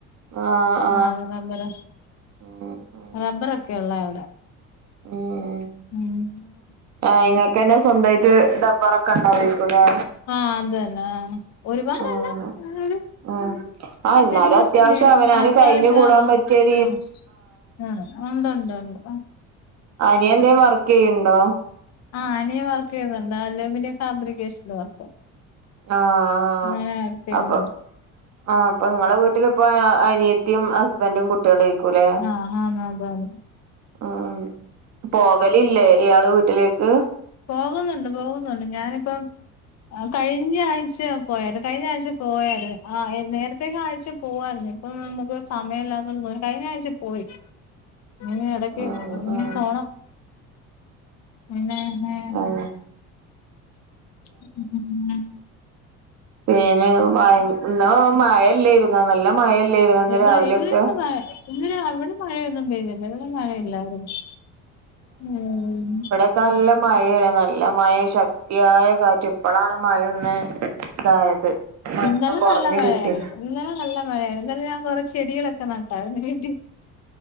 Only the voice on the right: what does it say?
ആഹ്
ഉം ഉം
ഉം
ആഹ് ഇങ്ങക്കന്നെ സ്വന്തായിട്ട് ഡബറൊക്കെ ഇണ്ടാവായിക്കുവല്ലേ
ആഹ്
ഉം ആഹ്
എന്നാലും അത്യാവശ്യം
അവനാന്
കഴിഞ്ഞു കൂടാൻ
പറ്റിയ രീ
നിയേന്തെ വർക്ക് ചെയ്യണ്ടോ?
ആഹ് ആഹ്
അപ്പം
ആഹ് അപ്പൊ ഇങ്ങളെ വീട്ടിലിപ്പാ ആഹ് അനിയത്തിയും ഹസ്ബൻ്റും കു ട്ടികളായിരിക്കൂല്ലേ
ഉം പോകലില്ലേ ഇയാള് വീട്ടിലേക്ക്
ഉം
ഉം
ആഹ്
പിന്നെ ഭയ ഇന്ന് മയല്ലായിരുന്നോ നല്ല മയല്ലായിരുന്നോ ഇന്ന്
രാവിലെയൊക്കെ
ക്ക നല്ല മഴയാണ് നല്ല മഴേം ശക് ശക്തിയായ കാറ്റും ഇപ്പഴാണ് മഴ ഒന്ന് ഇതായത് മഴ
ഒന്ന് കൊറഞ്ഞ്
കിട്ടി